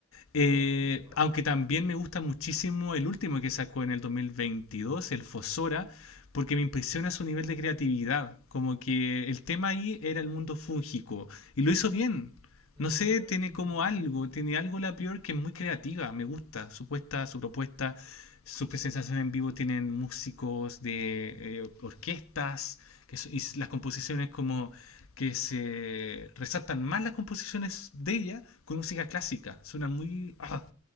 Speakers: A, on the left; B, on the right.
A: Eh,
B: ok, wow.
A: aunque también me gusta muchísimo el último que sacó en el 2022, el Fosora, porque me impresiona su nivel de creatividad. Como que el tema ahí era el mundo fúngico y lo hizo bien.
B: Ujú.
A: No sé, tiene como algo, tiene algo la peor que es muy creativa, me gusta su puesta, su propuesta, sus presentaciones en vivo tienen músicos de eh, orquestas que so- y las composiciones como que se resaltan más las composiciones de ella con música clásica. Suena muy... ah,